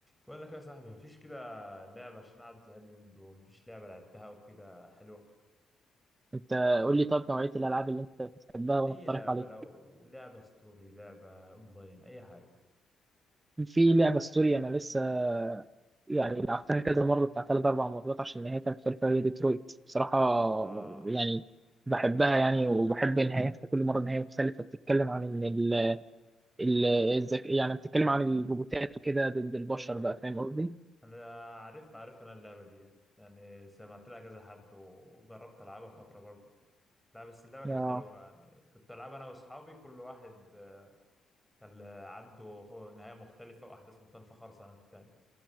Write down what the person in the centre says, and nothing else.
بقول لك يا صاحبي مفيش كده لعبة عشان قاعد زهقان اليومين دول مفيش لعبة لعبتها أو كده حلوة
أي
لعبة
لو لعبة ستوري لعبة أونلاين أي حاجة
آه
أيوه
أيوه
أنا عارف عارف أنا اللعبة دي يعني سمعت لها كذا حد وجربت ألعبها فترة برضه لا بس اللعبة كانت
حلوة يعني كنت ألعبها أنا وأصحابي كل واحد آه، كان عنده خ- نهاية مختلفة وأحداث مختلفة خالص عن التاني